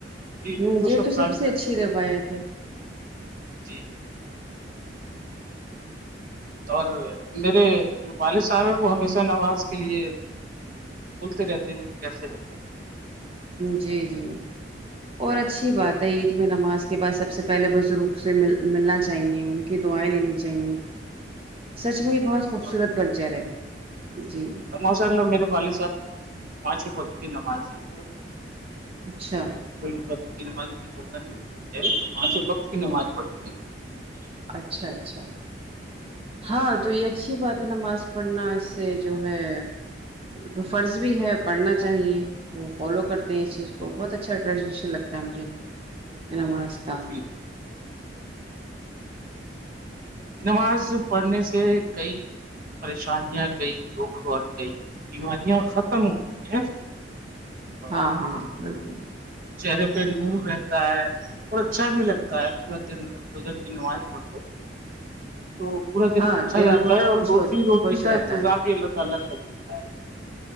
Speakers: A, on the right; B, on the right.
A: جی بالکل
B: ہ یہ تو
A: قائم
B: سب سے
A: کرتے
B: اچھی
A: ہو
B: روایت ہے
A: جی اور میرے جو والد صاحب ہیں وہ ہمیشہ نواز کے لیے ہوگتی رہتیین کیٹتی رہتی
B: جی جی اور اچھی بات ہے عید میں نماز کے بعد سب سے پہلے بزرگ سے مل ملنا چاہیے ان کی دعائیں لینی چاہیے سچ میں یہ بہت خوبصورت
A: پڑھو۔
B: کلچر ہے جی
A: ماشاء اللہ میرے والد صاحب پانچوں وقت کی نمازی ہے
B: اچھا
A: کوئی وقت کی نماز اہ نہیں وہاں سے وقت کی نماز پڑھتی
B: اچھا اچھا ہاں
A: جی
B: تو یہ اچھی بات ہے نماز پڑھنا اس سے جو ہے تو فرض بھی ہے پڑھنا چاہیے وہ فالو کرتے ہیں اس چیز کو بہت اچھا ٹریڈیشن لگتا ہے مجھے نماز کا
A: ج نماز پڑھنے سے کئی پریشانیاں کئی دکھ اور کئی بیماریاں ختم ہو گئی ہیں اور
B: ہاں ہاں بالکل
A: چہرے پہ نور رہتا ہے اور اچھا بھی لگتا ہے ب ن پرجیک نواز پڑ تو پورا دن
B: ہاں
A: اچھا
B: دل
A: جاتا
B: بہت
A: ہے اور
B: خوش
A: روزی
B: ہو
A: روٹی
B: خوش
A: کا
B: رہتا
A: انتظام بھی اللہ تعالی کر دیتا ہے